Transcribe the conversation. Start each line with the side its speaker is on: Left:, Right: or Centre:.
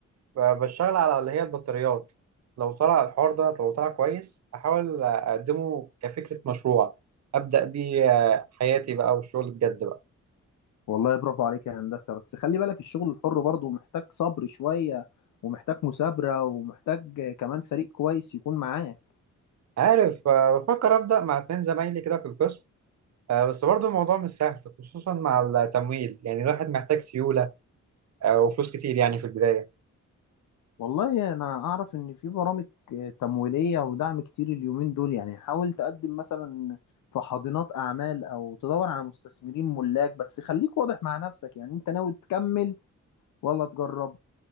Right: آه، بشتغل على اللي هي البطاريات لو طلع الحوار ده لو طلع كويس احاول اقدمه كفكره مشروع ابدا بيه آه، حياتي بقى والشغل بجد بقى
Left: والله برافو عليك يا هندسة بس خلي بالك الشغل الحر برضه محتاج صبر شوية ومحتاج مثابرة ومحتاج كمان فريق كويس يكون معاه
Right: عارف آه، بفكر أبدأ مع اتنين زمايلي كده في القسم آه، بس برضه الموضوع مش سهل خصوصا مع التمويل يعني الواحد محتاج سيولة آه، وفلوس كتير يعني في البداية
Left: والله أنا أعرف إن في برامج تمويلية ودعم كتير اليومين دول يعني حاول تقدم مثلا في حاضنات أعمال أو تدور على مستثمرين ملاك بس خليك واضح مع نفسك يعني أنت ناوي تكمل ولا تجرب